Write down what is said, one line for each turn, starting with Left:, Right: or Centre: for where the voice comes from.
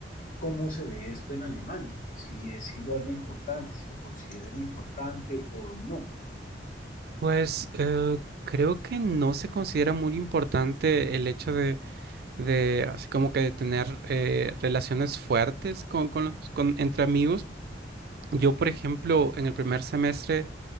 Left: cómo se ve esto en Alemania, si es igual de importante, si lo consideran importante o no.
Right: Pues eh, creo que no se considera muy importante el hecho de, de así como que de tener eh, relaciones fuertes con, con los- con- entre amigos. Yo, por ejemplo, en el primer semestre